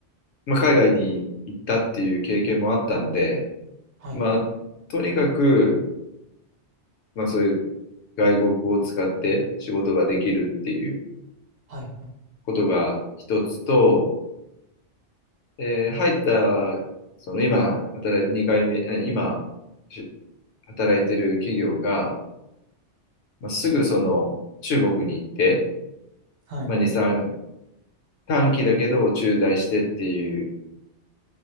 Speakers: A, on the left (about 75°); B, on the right (about 60°).
A: まあ、海外に行ったっていう経験もあったんで、
B: はい、
A: まあ、
B: はい、
A: とにかく、まあそういう外国語を使って仕事ができるっていう
B: はい、
A: ことが一つと、えー入った、その今、働い、2回目、えー今、し働いてる企業が、まあ、すぐその中国に行って、
B: はい、
A: まあ、2、3、短期だけど駐在してっていう